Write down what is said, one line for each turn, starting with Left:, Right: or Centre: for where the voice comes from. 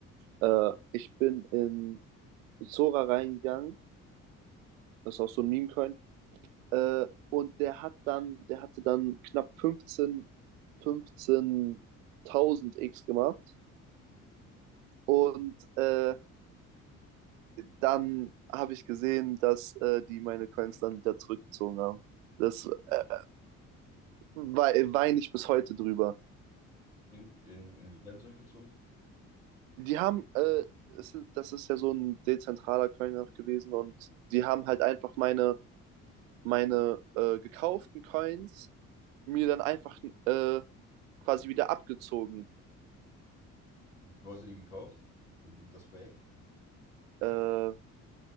Right: Äh, ich bin in Sora reingegangen. Das ist auch so ein Meme-Coin, Äh, und der hat dann, der hatte dann knapp 15 15.000 X gemacht. Und äh, dann habe ich gesehen, dass äh, die meine Coins dann wieder zurückgezogen haben. Das äh, wei- weine ich bis heute drüber.
Left: In, in, inwiefern zurückgezogen?
Right: Die haben, äh, es, sind- das ist ja so ein dezentraler Coin auch gewesen und die haben halt einfach meine, meine äh, gekauften Coins mir dann einfach äh, quasi wieder abgezogen.
Left: Du hast dir die gekauft, die, das Projekt?
Right: Äh,